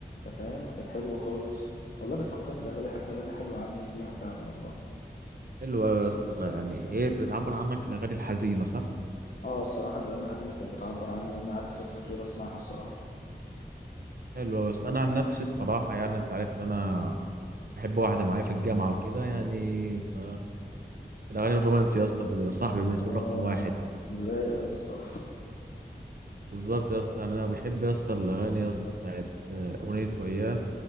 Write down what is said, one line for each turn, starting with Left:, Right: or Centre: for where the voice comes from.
Left: أنت فاهم كانت حلوة خالص والله بتفكرني بأغاني بأغاني حلوة يا عمي ليها فعلا والله
Right: حلو أوي يا اسطى والله يعني هي بتعبر عنك الأغاني الحزينة صح؟
Left: آه الصراحة الأغاني الحزينة كانت بتعبر عني لأن قعدت فترة طويلة أسمعها الصراحة
Right: حلو أوي يا اسطى أنا عن نفسي الصراحة يعني أنت عارف إن أنا بحب واحدة معايا في الجامعة وكده يعني ف... الأغاني الرومانسية يا اسطى بال- صاحبي بالنسبة
Left: آه
Right: لي رقم واحد
Left: رايق يا اسطى
Right: بالظبط يا اسطى يعني أنا بحب يا اسطى الأغاني يا اسطى بتاعت آه، أغنية وياه